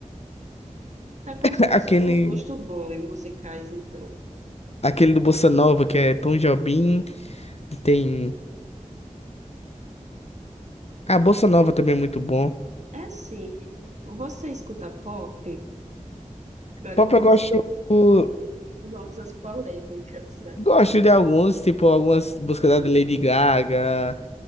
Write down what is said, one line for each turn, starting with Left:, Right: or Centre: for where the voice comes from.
Right: tá com
Left: <laughs>
Right: uns, mos-
Left: aquele,
Right: uns gostos bons em musicais, então.
Left: aquele do Bossa Nova que é Tom Jobim. Tem. A Bossa Nova também é muito bom.
Right: É assim, você escuta pop? Agora
Left: Pop
Right: vamos,
Left: eu gosto. o-
Right: vamos às polêmicas, né?
Left: Gosto de alguns, tipo algumas músicas da Lady Gaga.